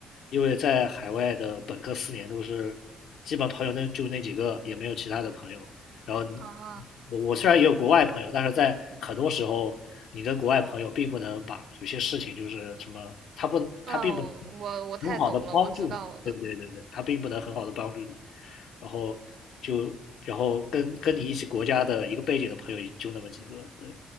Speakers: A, on the left; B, on the right.
A: 因为在海外的本科四年都是基本朋友那就那几个，也没有其他的朋友。然后你
B: 啊。
A: 我我虽然也有国外朋友，但是在很多时候，你跟国外朋友并不能把有些事情就是什么，他不他并不能很好的帮助你，
B: 嗯，我我太懂了，我知道的。
A: 对对对对，他并不能很好的帮助你。然后就然后跟跟你一起国家的一个背景的朋友就那么几个，对，